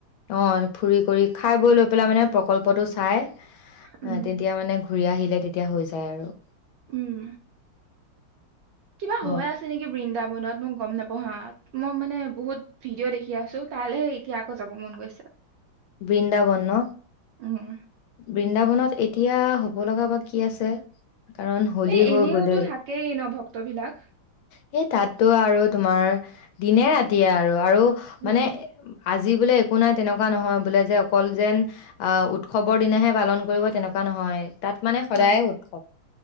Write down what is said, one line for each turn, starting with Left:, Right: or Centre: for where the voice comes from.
Left: অ ফুৰি কৰি খাই বৈ লৈ পেলাই মানে প্ৰকল্পটো চ খাই অ
Right: উম
Left: তেতিয়া মানে ঘূৰি আহিলে তেতিয়া হৈ যায় আৰু
Right: উম কিবা
Left: হয়।
Right: হৈ আছে নেকি বৃন্দা বনত মোক গম নাপাও হা মই মানে বহুত ভিডিঅ' দেখি আছো তালৈহে এতিয়া আকৌ যাব মন গৈছে।
Left: বৃন্দাবন ন
Right: উম
Left: বৃন্দাবনত এতি এতিয়া হ'ব লগা বা কি আছে কাৰণ হোলী
Right: এ
Left: হৈ
Right: এনেওতো
Left: গলেই
Right: থাকেই ন ভক্তবিলাক
Left: সেই তাতটো আৰু তোমাৰ দিনে ৰাতিয়ে আৰু আৰু
Right: উম
Left: মানে আজি আজি বোলে একো নাই তেনেকুৱা নহয়। বোলে যে অকল যেন উৎসৱৰ দিনাহে পালন কৰিব তেনেকুৱা নহয়। তাত মানে সদায়
Right: অহ
Left: উৎসৱ